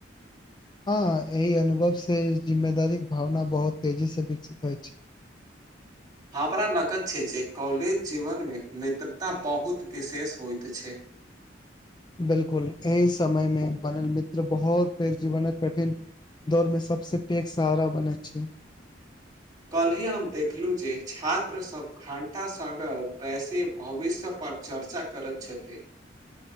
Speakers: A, on the left; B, on the right.
A: हँ एहि अनुभव से जिम्मेदारीके भावना बहुत तेजीसँ विकसित होइ छै
B: <inaudible> हमरा लगत छै जे कॉलेज जीवनमे मित्रता बहुत विशेष होइत छै <inaudible>
A: बिलकुल एहि समय मे बनल मित्र बहुत बेर जीवनक कठिन दौड़मे सबसँ पैघ सहारा बनै छै
B: कल्हि हम देखलहुँ जे छात्र सभ घंटा संग बैसी भविष्य पर चर्चा करैत छथि